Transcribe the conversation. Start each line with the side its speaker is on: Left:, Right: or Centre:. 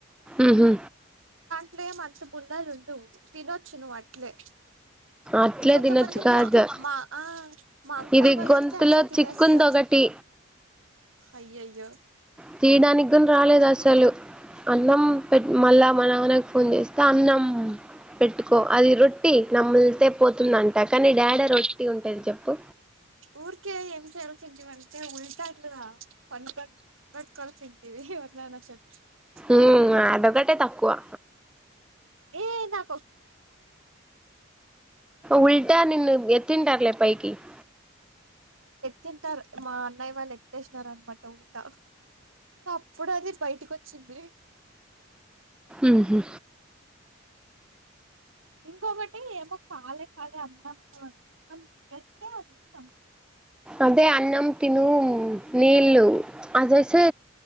Centre: ఉహు.
Right: అట్లేం అంత ముళ్లలు ఉండవు, తినొచ్చు నువ్వు అట్లే.
Centre: అట్లే
Right: కొంతమంది
Centre: తినొచ్చు కాదు
Right: మా మా ఆ, మా అంకల్
Centre: ఇది
Right: వాళ్ళు
Centre: గొంతులో
Right: అయితే అట్లేే తినేస్తారు.
Centre: చిక్కుంది ఒకటి
Right: అయ్య యయ్య యో.
Centre: తీయడానికి గున్, రాలేదు అసలు. అన్నం పెట్
Right: ఉమ్.
Centre: మళ్ళా మా నాన్నక్ ఫోన్ చేస్తే అన్నం. పెట్టుకో అది రొట్టి నమ్ములితే పోతుందం. టక్కని డాడ రొ. టి ఉంటది చెప్పు.
Right: ఊరికే ఏం చేయాల్సింటివంటే ఉల్టా ఇట్లా <unintelligible>
Centre: ఉమ్ అదొకటే తక్కువా.
Right: ఏ దా.
Centre: ఉల్టా నిన్ను ఎత్తంటర్లే పై. టిప్.
Right: తింటారు మా అన్నయ్య వాళ్ళు ఎత్ేసినార అనమాట ఉంటా అప్పుడు అది బయటకి వచ్చింది.
Centre: ఉహు.
Right: ఇంకొకటి ఏమో పాలే కదా అన్నం కూర చేస్తే ఇష్టం.
Centre: అదే అన్నం తిను నీళ్ళు అదేసే